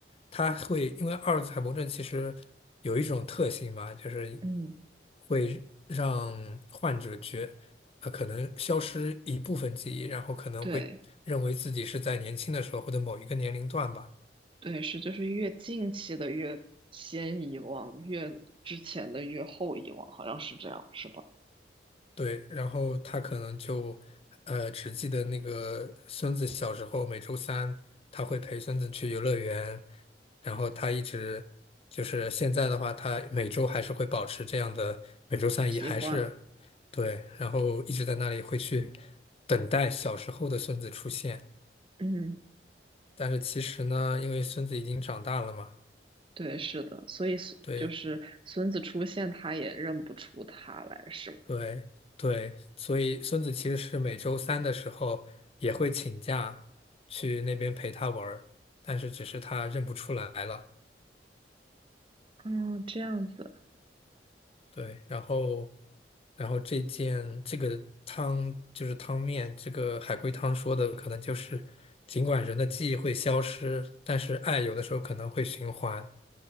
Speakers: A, on the left (about 30°); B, on the right (about 30°).
A: 他会因为阿尔兹海默症其实有一种特性嘛，就是。
B: 嗯，
A: 会让患者觉，呃，可能消失一部分记忆，然后可能会认为自己是在年轻的时候或者某一个年龄段吧。
B: 对对是，就是越近期的越先遗忘，越之前的越后遗忘，好像是这样，是吧？
A: 对，然后他可能就，呃，只记得那个孙子小时候每周三他会陪孙子去游乐园，然后他一直就是现在的话，他每周还是会保持这样的，每周三也还是
B: 习惯，
A: 对，然后一直在那里会去等待小时候的孙子出现。
B: 嗯，
A: 但是其实呢，因为孙子已经长大了嘛，
B: 对，是的，所以孙就是孙子出现，
A: 对
B: 他也认不出他来，是吗？
A: 对对，所以孙子其实是每周三的时候也会请假去那边陪他玩儿，但是只是他认不出来了。
B: 嗯，这样子，
A: 对，然后然后这件这个汤就是汤面，这个海龟汤说的可能就是，尽管人的记忆会消失，但是爱有的时候可能会循环。